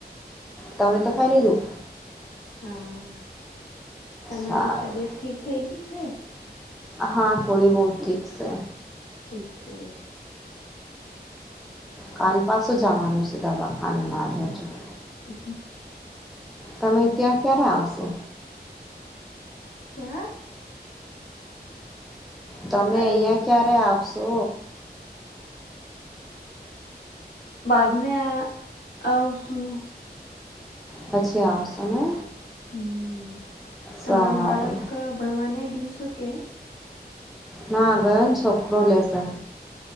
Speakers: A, in the centre; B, on the left.
A: તમે તો ખાઇ લીધું
B: હા તમારી
A: સારું
B: તબિયત ઠીક થઈ ગઈ છે
A: હા થોડી બહુ ઠીક છે
B: ઠીક છે
A: કાલ પાસો જવાનું છે દવાખાને મારે હજી
B: હ
A: તમે ત્યાં ક્યારે આવશો
B: ક્યા
A: તમે
B: હલો
A: અહિયાં ક્યારે આવશો
B: બાદ મે આવશું
A: પછી આવ સો ને
B: હમ
A: સારું
B: તમારું બાળક ભણવાને ગયું છો કે
A: ના ગયો છોકરો લેશે